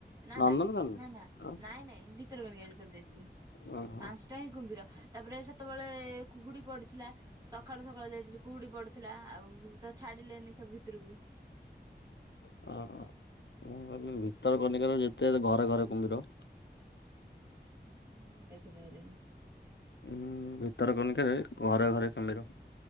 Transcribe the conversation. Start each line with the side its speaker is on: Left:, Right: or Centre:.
Right: ନା
Left: ନନ୍ଦନକାନନ
Right: ନା ନା ନା ନାଇଁ ନାଇଁ ଭିତରକନୀକା ଯେତେବେଳ ଯାଇଥିଲି
Left: ଓହୋ
Right: ପାଞ୍ଚଟା ହିଁ କୁମ୍ଭୀର ତାପରେ ସେତେବେଳେ କୁହୁଡି ପଡିଥିଲା ସକାଳୁ ସକାଳୁ ଯାଇଥିଲି କୁହୁଡି ପଡିଥିଲା ଆଉ ତ ଛାଡିଲେନି ସବୁ ଭିତରକୁ
Left: <inaudible> ଓ ମୁ କହିଲ ଭିତର କନିକ ଯେତେ ଘରେ ଘରେ କୁମ୍ଭୀର <inaudible>
Right: ମୁଁ ଦେଖି ପାଇାଇିଲ।
Left: ଉଁ ଭିତର କଣିକ ଘରେ ଘରେ କୋମିର